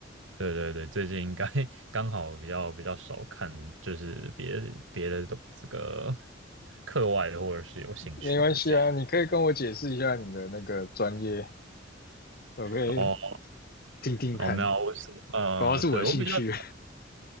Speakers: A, on the right; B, on the left.
A: 对对对，最近应该 <laughs> 刚好比较比较少看，就是别别的都这个课外的或者是有兴趣的这样。
B: 没关系啊，你可以跟我解释一下你的那个专业，我可以
A: 然后
B: <laughs> 听听看，
A: 然后没有，我是呃，
B: 搞不好是我的兴趣。
A: 对我比较